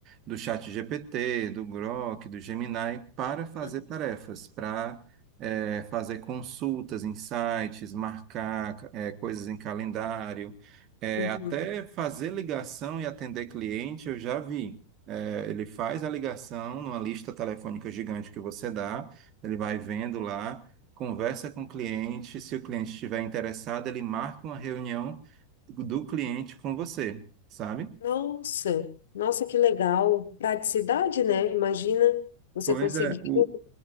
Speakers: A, on the right; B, on the left.
A: do ChatGPT, do Grok, do Gemini para
B: aham.
A: fazer tarefas, para eh, fazer consultas em sites, marcar é, coisas em calendário, é,
B: Uhum.
A: até fazer ligação e atender cliente, eu já vi. É, ele faz a ligação numa lista telefônica gigante que você dá, ele vai vendo lá, conversa com o cliente, se o cliente estiver interessado, ele marca uma reunião do cliente com você, sabe?
B: Nossa, nossa, que legal. Praticidade, né? Imagina você
A: Pois
B: conseguiu
A: é, o,